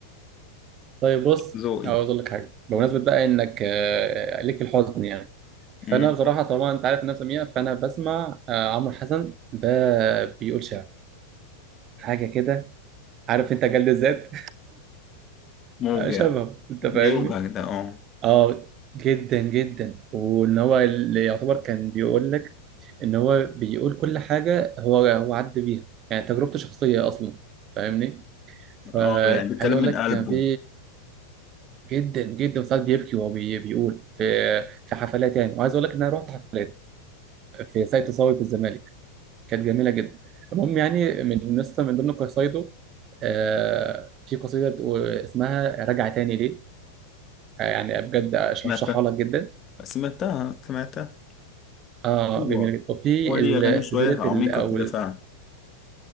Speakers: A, on the right; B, on the left.
A: طيب بص
B: ذوقي
A: عاوز اقول لك حاجة بمناسبة بقى انك آه، ليك في الحزن يعني
B: مم.
A: فانا بصراحة طبعا انت عارف ان انا سميع فانا بسمع آه، عمرو حسن ده بيقول شعر حاجة كده عارف انت جلد الذات
B: موجع
A: آه، شبه انت فاهمني
B: بيوجع ده اه
A: اه جدا جدا وان هو اللي يعتبر كان بيقول لك ان هو بيقول كل حاجه هو هو عدى بيها يعني تجربته شخصيه اصلا فاهمني فعايز
B: اه يعني بيتكلم
A: اقول
B: من
A: لك
B: قلبه
A: كان في جدا جدا ساعات بيبكي وهو بي- بيقول في في حفلات يعني وعايز اقول لك ان انا رحت حفلات في ساقية تصاوي في الزمالك كانت جميله جدا المهم يعني من نسخه من ضمن قصايده آه، في قصيده بتقول اسمها راجع تاني ليه آه، يعني بجد ارشحها
B: سمعتها
A: لك جدا
B: سمعتها سمعتها
A: اه
B: حلوة
A: جميله جدا وفي
B: هو ليه
A: ال-
B: أغاني شوية
A: سلسله
B: عميقة
A: ال- او
B: كده
A: ال-
B: فعلا